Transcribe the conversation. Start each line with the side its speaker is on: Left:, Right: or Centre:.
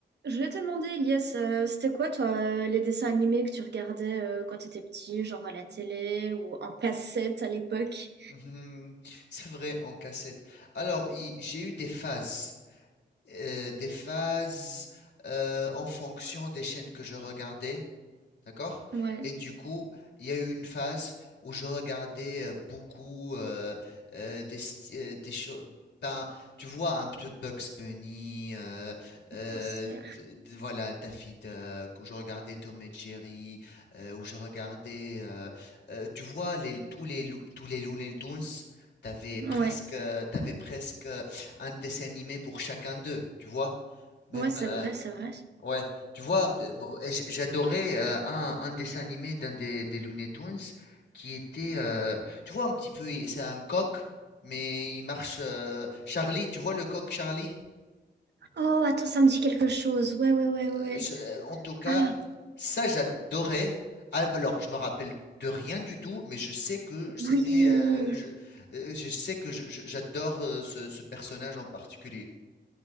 Right: Je voulais te demander, Elias, euh, c'était quoi, toi, euh, les dessins animés que tu regardais euh, quand t'étais petit, genre à la télé ou en cassette à l'époque?
Left: Mhm. C'est vrai, en cassette. Alors, i- j'ai eu des phases, euh, des phases euh, en fonction des chaînes que je regardais. D'accord?
Right: Ouais,
Left: Et du coup, il y a eu une phase où je regardais euh, beaucoup euh, euh, des, sti- euh, des choses. Ben, tu vois, un peu Bugs Bunny, euh, euh,
Right: bien sûr.
Left: d- d- voilà, Daffy Duck, où je regardais Tom et Jerry, euh, où je regardais, euh, euh, tu vois, les, tous les, Lou- tous les Looney Tunes, t'avais presque,
Right: Ouais,
Left: euh, t'avais presque euh, un dessin animé pour chacun d'eux, tu vois? Même,
Right: ouais, c'est
Left: euh,
Right: vrai, c'est vrai.
Left: Ouais, tu vois, euh, bon, et j- j'adorais euh, un, un dessin animé d'un des, des Looney Tunes qui était, euh, tu vois, un petit peu, il- c'est un coq, mais il marche. euh, Charlie, tu vois le coq Charlie?
Right: Oh, attends, ça me dit quelque chose. Ouais, ouais, ouais, ouais.
Left: Euh, je- euh, en tout cas,
Right: Ah,
Left: ça j'adorais. Ah, bah Alors, je me rappelle de rien du tout, mais je sais que c'était,
Right: oui,
Left: euh, je, euh, je sais que je- je- j'adore euh, ce, ce personnage en particulier.